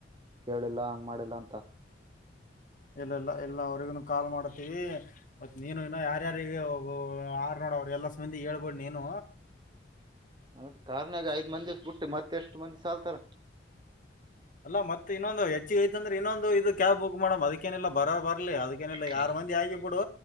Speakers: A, on the right; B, on the left.
A: ಹೇಳಿಲ್ಲ ಹಂಗ ಮಾಡಿಲ್ಲ ಅಂತ
B: ಎಲ್ಲೆಲ್ಲ ಎಲ್ಲ ಅವರಿಗೂ ಕಾಲ್ ಮಾಡ್ತೀವಿ ಮತ್ತತ್ ನೀನು ಇನ್ನು ಯಾರ್ಯಾರಬ್ ಆರ್ ನೋಡವ್ರರು ಎಲ್ಲಬಂದಿ ಹೇಳ್ಬೇಡ್ ನೀನು
A: ಅದ ಕಾರಣಾಗ ಐದ್ ಮಂದಿಿವ ಬಿಟ್ಟು ಮತ್ತೆ ಎಷ್ಟು ಮಂದಿ ಸಾಲ್ತಾರ
B: ಅಲ್ಲ ಮತ್ತತ್ ಇನ್ನೊಂದು ಹೆಚ್ಚಿಗೆ ಐತ್ ಅಂದ್ರೆ ಇನ್ನೊಂದು ಇದು ಕ್ಯಾಬ್ ಬುಕ್ ಮಾಡಮ್ ಅದಕ್ಕೇನಿಲ್ಲ ಬರ ಬರ್ಲಿ ಅದ ಏನಿಲ್ಲ
A: ಹಾ,
B: ಯಾರಾರ್ ಮಂದಿ ಆಗಿ ಬಿಡು